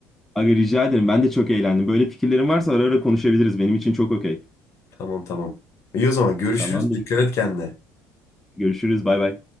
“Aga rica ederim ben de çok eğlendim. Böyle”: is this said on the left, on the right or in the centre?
Centre